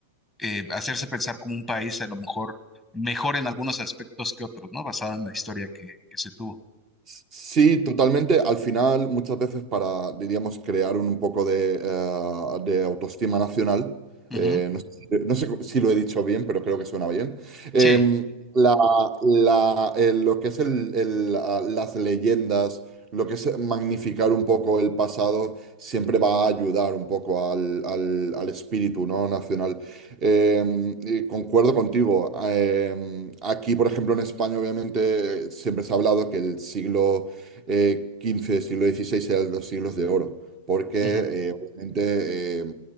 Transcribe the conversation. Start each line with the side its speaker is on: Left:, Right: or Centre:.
Centre: eh, hacerse pensar como un país a lo mejor mejor en algunos aspectos que otros, ¿no? Basada en la historia que, que se tuvo.
Right: Sí, totalmente. Al final, muchas veces para, diríamos, crear un, un poco de, eh, de autoestima nacional, eh,
Centre: Ujú,
Right: no sé, si no sé si lo he dicho bien, pero creo que suena bien, eh,
Centre: Sí,
Right: la- la- eh, lo que es el- el, ah, las leyendas, lo que es magnificar un poco el pasado, siempre va a ayudar un poco al, al- al espíritu, ¿no? nacional. Eh, y concuerdo contigo. Eh, aquí, por ejemplo, en España, obviamente, siempre se ha hablado que el siglo eh, XV, siglo XVI eran los siglos de oro, porque
Centre: ujú.
Right: eh, obviamente eh,